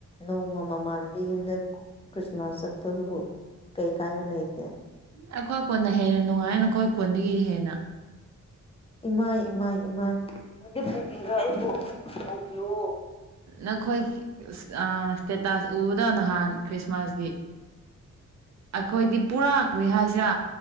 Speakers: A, on the left; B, on the right.
A: ꯅꯣꯡꯃ ꯃꯃꯥꯟꯅꯕꯤ ꯌꯨꯝꯗ ꯈ꯭ꯔꯤꯁꯃꯥꯁ ꯆꯠꯄꯗꯨꯕꯨ ꯀꯩꯀꯥꯏ ꯂꯩꯒꯦ
B: ꯑꯩꯈꯣꯏ ꯀꯣꯟꯅ ꯍꯦꯟꯅ ꯅꯨꯡꯉꯥꯏ ꯅꯈꯣꯏ ꯀꯣꯟꯗꯒꯤ ꯍꯦꯟꯅ
A: ꯏꯃꯥꯏ ꯏꯃꯥꯏ ꯏꯃꯥꯏ ꯍꯥꯏꯗꯤ ꯄꯨꯕꯤꯔ ꯑꯩꯕꯨ ꯇꯧꯕꯤꯌꯣ
B: ꯅꯈꯣꯏ ꯏꯁꯇꯦꯇꯥꯁ ꯎꯗꯕ ꯅꯍꯥꯟ ꯈ꯭ꯔꯤꯁꯃꯥꯁꯀꯤ ꯑꯩꯈꯣꯏꯗꯤ ꯄꯨꯔꯛꯀꯅꯤ ꯍꯥꯏꯁꯤꯔꯥ